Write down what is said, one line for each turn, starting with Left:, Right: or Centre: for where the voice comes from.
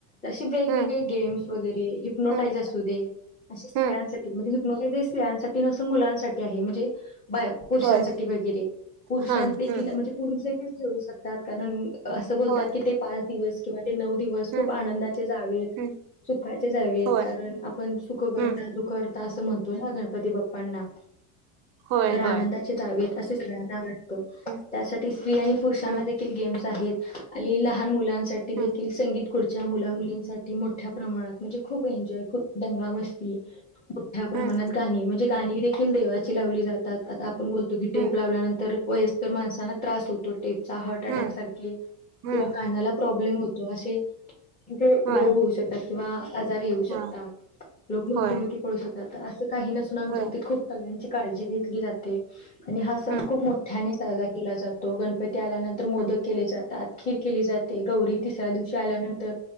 Left: अशे वेगवेगळे
Right: हम्म
Left: गेम्स वगैरे हिप्नोटाईज
Right: हम्म
Left: असू दे अशा स्त्रयांसाठी
Right: हम्म
Left: म्हणजे मग जे स्त्रियांसाठी नसून मुलांसाठी आहे म्हणजे बाय पुरुषांसाठी
Right: होय
Left: वगैरे पुरुषां
Right: हम्म
Left: देखील
Right: हम्म
Left: म्हणजे पुरुष देखील ठेऊ शकतात कारण असं बोलतात
Right: होय
Left: की ते पाच दिवस किंवा ते नऊ दिवस
Right: हम्म
Left: खूप आनंदाचे जावेत
Right: हम्म
Left: सु खाचे जावेेत
Right: होय
Left: कारण आपण सुखकर्ता
Right: हम्म
Left: आणि दुखहर्ता तर असं म्हणतो ना गणपती बाप्पांना
Right: होय
Left: तर आनंदाचे
Right: होय
Left: जावेेत असे सगळ्यांना वाट त
Right: हम्म
Left: त्यासाठी स्त्री आणि पुरुषांना
Right: हम्म
Left: देखील गेम्स आहेत आहे, लहान मुलां साठी देखील
Right: हम्म
Left: संगीतखुर्च्या मुला मुलींसाठी मोठ्या प्रमाणात म्हणजे खूप एन्जॉय खूप दंगा मस्ती मोठ्या प्रमाणात
Right: हम्म
Left: गाणी म्हणजे गाणी देखील देवाची लावली जा तात आता आपण बोलतो की टेप
Right: हम्म
Left: लावल्यानंतर वयस्कर माणसांना त्रास होतो टेपचा हार्ट अटॅक
Right: हम्म
Left: सारखे किंवा
Right: हम्म
Left: कानाला प्रॉब्लेम होतो असे म्हणजे
Right: होय
Left: रोग होऊ शकतात. किंवा आजार येऊ शकतात.
Right: हा
Left: लोक मृत्युमुखी
Right: होय
Left: पडू शकतात तर असं काही नसून आमच्या
Right: होय
Left: इथे खूप सगळ्यांची काळजी घेतली जाते. आणि हा सण
Right: हम्म
Left: खूप मोठ्यानेच साजरा केला जातो गणपती त्या आल्यानंतर मोदक
Right: हम्म
Left: केले जात <unintelligible> केली जाते गौरी तिसऱ्या दिव शाल्यानंतर